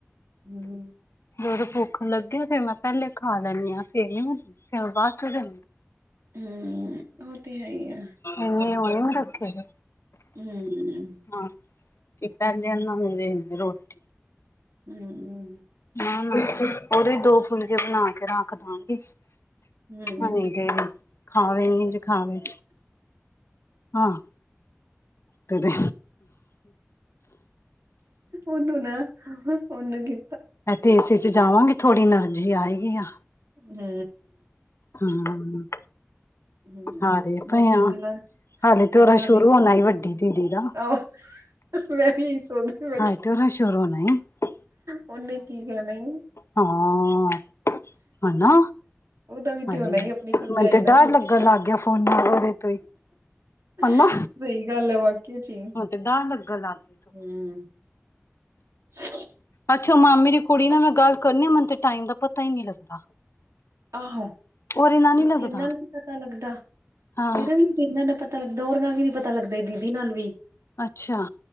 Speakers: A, on the right; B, on the left.
A: ਹੂੰ
B: ਜਦੋਂ ਭੁੱਖ ਲੱਗੇ ਫਿਰ ਮੈਂ ਪੈਲੇ ਖਾ ਲੈਂਨੀ ਆਂ ਫੇਰ ਨੀ ਮੈਂ ਚਿਆ ਨੂੰ ਬਾਦ 'ਚ ਦੇਂ
A: ਹੂੰ ਓ ਤੇ ਹੈ ਈ ਆ।
B: ਇਨੇ ਓ ਨੀ ਰੱਖੇ ਦੇ।
A: ਹੂੰ
B: ਹਾਂ ਕੀ ਪੈਲੇ ਇਨਾਂ ਨੂੰ ਦੇ ਰੋਟ
A: <inaudible>
B: ਹਾਂ ਮ ਉਦੇ ਦੋ ਫੁਲਕੇ ਬਣਾ ਕੇ ਰੱਖ ਦਾਂਗੀ।
A: ਹਮ
B: ਹਾਂਜੀ ਗਏ ਦੇ ਨੇ ਖਾਵੇ ਨਿਜ ਖਾਵੇ। ਹਾਂ ਤੇ-ਤੇ
A: ਉਨੂੰ ਨਾ ਫੋਨ ਕੀ
B: ਇਥੇ ਏਸੀ 'ਚ ਜਾਵਾਂਗੇ ਥੋੜ੍ਹੀ ਐਨਰਜੀ ਆਏਗੀ ਆ।
A: ਤੇ
B: ਹੂੰ।
A: ਹੂੰ
B: ਹਾਂ ਰੇ
A: ਬਾਕੀ
B: ਭਾਅ
A: ਅਗਲਾ
B: ਹਾਲੇ ਤੇ
A: ਅਗਲਾ
B: ਉਹਦਾ ਸ਼ੁਰੂ
A: ਵੇਖੋ
B: ਹੋਣਾਂ ਈ ਵੱਡੀ ਦੀਦੀ ਦਾ।
A: ਆਹੋ <unintelligible>
B: ਹਜੇ ਤੇ ਉਹਦਾ ਸੁਰੂ ਹੋਣਾਂ ਏ।
A: ਉਹਨੇ ਕੀ ਕਹਿਣਾ ਈ।
B: ਹਾਂ ਹਨਾ
A: ਓਦਾ ਵੀ ਤੇ
B: ਹਾਏ
A: ਹੋਣਾ
B: ਮੈਨੂੰ
A: ਈ, ਆਪਣੀਂ ਭਰਜਾਈ
B: ਤੇ
A: ਦਾ
B: ਡਰ
A: ਛੋਟੀ
B: ਲੱਗਣ
A: ਦਾ।
B: ਲੱਗ ਗਿਆ ਫੋਨਾ ਉਹਦੇ ਤੋਂ ਈ
A: ਸਹੀ
B: ਹਨਾ
A: ਗੱਲ ਏ ਵਾਕਿਆ ਜੀ,
B: ਮੈਨੂੰ ਤੇ ਡਰ ਲੱਗਣ ਲੱਗ ਗਿਆ ਸਗੋਂ
A: ਹੂੰ। <inaudible>
B: ਅੱਛਾ ਮਾਮੇ ਦੀ ਕੁੜੀ ਨਾਲ ਮੈਂ ਗੱਲ ਕਰਨੀ ਆ, ਮੈਂਨੂੰ ਤੇ ਟਾਇਮ ਦਾ ਪਤਾ ਈ ਨੀ ਲੱਗਦਾ।
A: ਆਹੋ
B: ਉਹਦੇ ਨਾਲ ਨੀ
A: ਇੱਕ
B: ਲੱਗਦਾ
A: ਤੇਰੇ ਨਾਲ ਵੀ ਨੀ ਪਤਾ ਲੱਗਦਾ,
B: ਹਾਂ
A: ਮੇਰਾ ਵੀ ਤੇਰੇ ਨਾਲ ਵੀ ਪਤਾ ਲੱਗਦਾ, ੳਨਾ ਨਾਲ ਵੀ ਨੀ ਪਤਾ ਲੱਗਦਾ ਦੀਦੀ ਨਾਲ ਵੀ।
B: ਅੱਛਾ